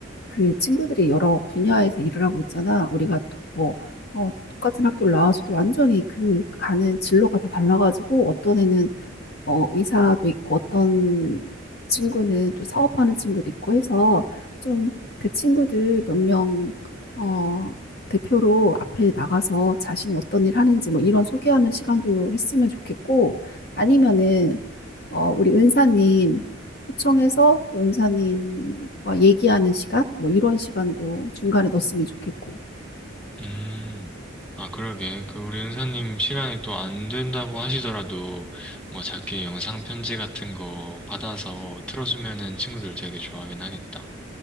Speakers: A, on the left (about 50°); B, in the centre.
A: 그 친구들이 여러 분야에서 일을 하고 있잖아. 우리가 또 뭐, 어, 똑같은 학교를 나와서도 완전히 그 가는 진로가 다 달라가지고 어떤 애는 어, 의사도 있고 어떤 친구는 또 사업하는 친구도 있고 해서 좀 그 친구들 몇 명, 어, 대표로 앞에 나가서 자신이 어떤 일 하는지 뭐 이런 소개하는 시간도 했으면 좋겠고 아니면은 어, 우리 은사님 초청해서 또 은사님과 얘기하는 시간 뭐 이런 시간도 중간에 넣었으면 좋겠고
B: 음, 아, 그러게. 그, 우리 은사님 시간이 또 안 된다고 하시더라도, 뭐, 작게 영상 편지 같은 거 받아서 틀어주면은 친구들 되게 좋아하긴 하겠다.